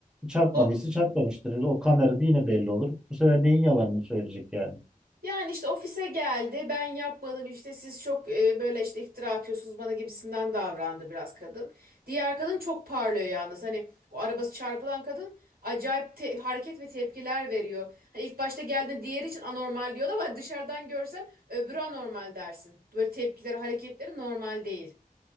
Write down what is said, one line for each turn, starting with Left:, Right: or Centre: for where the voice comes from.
Centre: Çarpmadıysa
Right: o,
Centre: çarpmamıştır. O kamerada yine belli olur. Bu sefer neyin yalanını söyleyecek yani?
Right: Yani işte ofise geldi, ben yapmadım işte siz çok e, böyle işte iftira atıyorsunuz bana gibisinden davrandı biraz kadın. Diğer kadın çok parlıyor yalnız. Hani o arabası çarpılan kadın acayip te- hareket ve tepkiler veriyor. Hani ilk başta geldiğinde diğeri için anormal diyordu ama dışarıdan görsen öbürü anormal dersin. Böyle tepkileri, hareketleri normal değil.